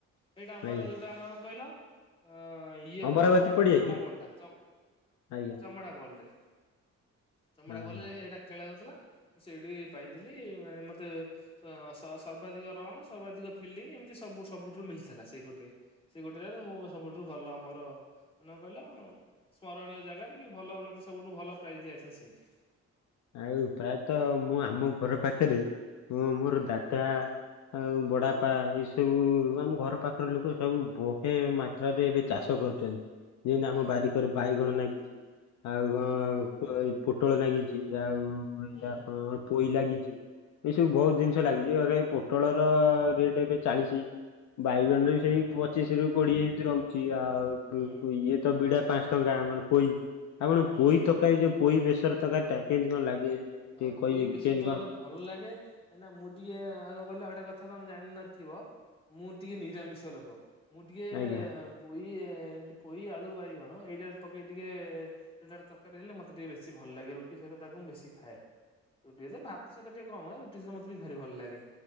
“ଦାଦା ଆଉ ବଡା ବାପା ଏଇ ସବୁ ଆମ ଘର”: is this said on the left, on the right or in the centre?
Left